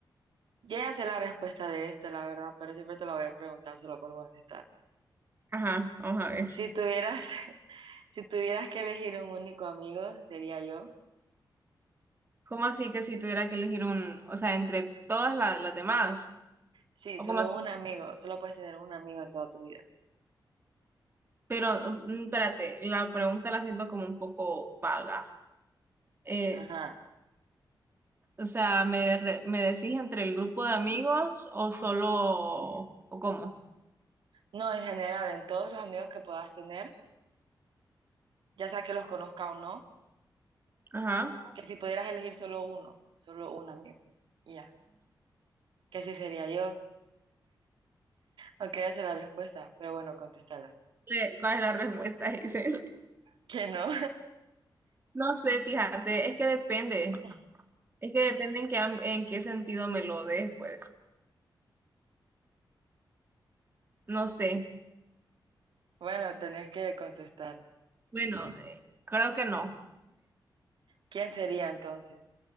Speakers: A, on the right; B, on the right.
A: yo ya sé la respuesta de esta, la verdad, pero siempre te la voy a preguntar solo por molestar.
B: ajá, vamos a ver.
A: Si tuvieras, <laughs> si tuvieras que elegir un único amigo, sería yo.
B: ¿Cómo así que si tuviera que elegir un, o sea, entre todas la- las demás?
A: Sí,
B: ¿O
A: solo
B: cómo así?
A: un amigo, solo puedes tener un amigo en toda tu vida.
B: Pero, o- mm, espérate, la pregunta la siento como un poco vaga. Eh,
A: Ajá.
B: o sea, ¿me, re- me decís entre el grupo de amigos o solo, o cómo?
A: No, en general, en todos los amigos que puedas tener ya sea que los conozca o no,
B: Ajá.
A: que si pudieras elegir solo uno, solo un amigo, y ya, que si sería yo, aunque ya sé la respuesta, pero bueno, contestarla.
B: re- ¿Cuál es la respuesta? <laughs> Dice,
A: Que no,
B: no sé, fíjate, es que depende,
A: <laughs>
B: es que depende en qué, am- en qué sentido me lo des, pues, no sé,
A: bueno, tenés que contestar.
B: bueno, eh, creo que no,
A: ¿Quién sería entonces?